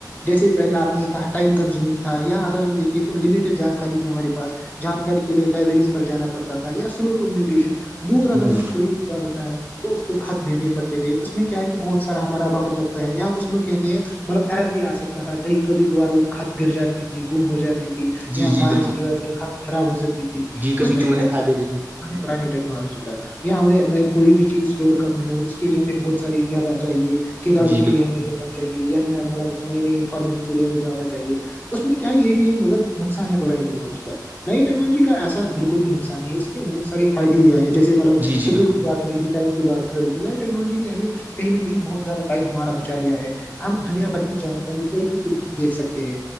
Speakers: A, on the left; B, on the right.
A: جیسے پہل آپ نے یہ کہا ٹائم کنزیومنگ تھا یا اگر ہم دیکھے تو لمیٹڈ جانکاری دیھی ہمارے پاس جانکاری کے لیے لائبریریز پر جانا پڑتا تھا یا سلوک کمیونکیشن دور اگر
B: جی جی
A: کوئیار ہوتا ہے تو اس کو خط بھیجنے پڑتے تھے اس میں کیا ہے کہ بہت سارا ہمارا وقت لگتا ہے یا ہم اس میں کہتے ہیں مطلب ار بھی آ سکتا تھا کہیں کبھی کبھار وہ خط گر جاتی تھی گم ہو جاتی تھی
B: جی
A: یہاں
B: جی
A: بارش
B: بالکل
A: کی وجہ سے ک خراب ہو سکتی تھی
B: جی کبھی
A: اس میں
B: چوہے کھا دیتے تھے
A: پرانی ٹیکنالوجی کا یا ہمیں کوئی بھی چیز اسٹور کرنی ہو اس کے لیے ہمیں بہت ساری جگہ چاہیے کتابوں
B: جی بالکل
A: کے لیے ہمیں ہو چاہے یا مطلب نئی نئی انفارمیشن کے لیے م ہونا چاہیے اس میں کیا ہے یہ بھی ایک مطلب نقصان ہے پرانی ٹیکنالوجی کا نئی ٹیکنالوجی کا ایسا بالکل بھی نقص نہیں ہے اس کے بہت سارے فائدے ہی آئے جیسے مطلب
B: جی جی
A: سبھیر
B: بالکل
A: بادریی ٹائم بار ہو رہی ٹیکنالوجی نے ہمیں کہیں نہ کہیں بہت زیادہ ٹم ہمارا بچا لیا ہے ہم دنیا بھر کی جانکاری ایک ہی کے لیے دیکھ سکتے ہیں